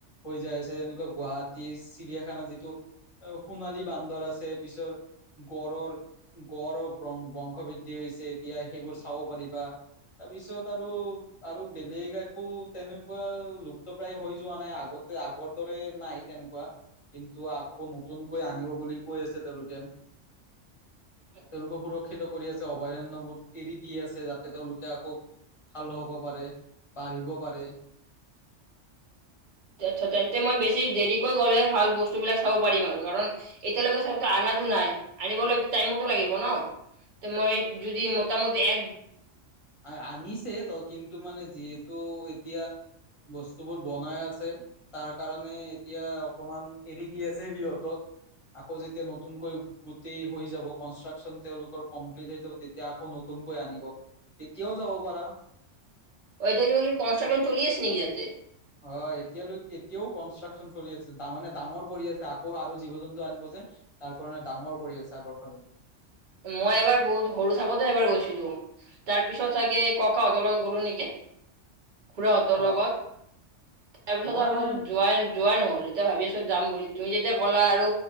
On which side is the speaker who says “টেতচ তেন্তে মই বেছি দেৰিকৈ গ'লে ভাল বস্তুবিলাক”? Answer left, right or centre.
Right